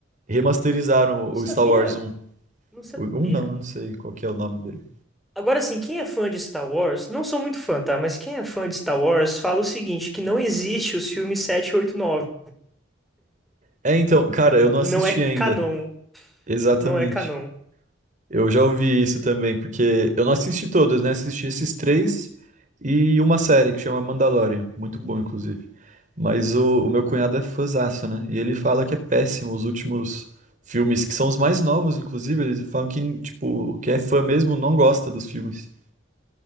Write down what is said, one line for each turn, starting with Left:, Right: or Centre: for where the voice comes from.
Right: Remasterizaram
Centre: Não
Right: o
Centre: sabia.
Right: o Star Wars um,
Centre: Não sabia.
Right: O 1 não, eu não sei qual que é o nome dele.
Centre: Agora, assim, quem é fã de Star Wars, não sou muito fã, tá? Mas quem é fã de Star Wars fala o seguinte, que não existe os filmes 7, 8, 9.
Right: É, então, cara, eu
Centre: Não
Right: não assisti
Centre: é
Right: ainda.
Centre: canon.
Right: Exatamente.
Centre: Não é canon.
Right: Eu já ouvi isso também, porque eu não assisti todos, né? Assisti esses três e uma série que chama Mandalorian, muito bom, inclusive. Mas o, o meu cunhado é fãzaço, né? E ele fala que é péssimo os últimos filmes, que são os mais novos, inclusive. Eles falam que, tipo, quem é fã mesmo não gosta dos filmes.